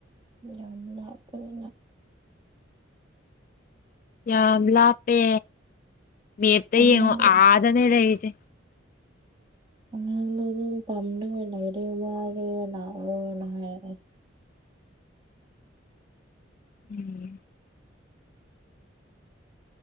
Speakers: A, on the right (about 25°); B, on the left (about 45°).
A: ꯌꯥꯝ ꯂꯥꯞꯄꯅꯤꯅ
B: ꯌꯥꯝ ꯂꯥꯞꯄꯦ ꯃꯦꯞꯇ
A: ꯑꯉꯥꯡ
B: ꯌꯦꯡꯉꯣ ꯑꯥꯗꯅꯦ ꯂꯩꯁꯦ
A: ꯑꯉꯥꯡ ꯂꯧꯕꯨ ꯄꯝꯂꯒ ꯂꯩꯔꯦ ꯋꯥꯔꯦ ꯂꯥꯛꯑꯣꯅ ꯍꯥꯏꯔꯑꯦ
B: <inaudible>